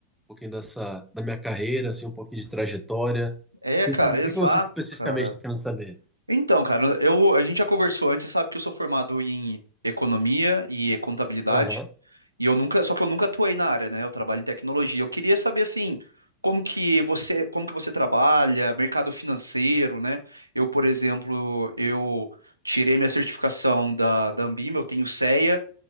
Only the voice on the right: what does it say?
É,
cara,
exato,
cara.
Então, cara, eu, a gente já conversou antes, você sabe que eu sou formado em economia e contabilidade,
e eu nunca, só que eu nunca atuei na área, né? Eu trabalho em tecnologia. Eu queria saber assim, como que você, como que você trabalha, mercado financeiro, né? Eu, por exemplo, eu tirei minha certificação da, da Anbima, eu tenho CEA,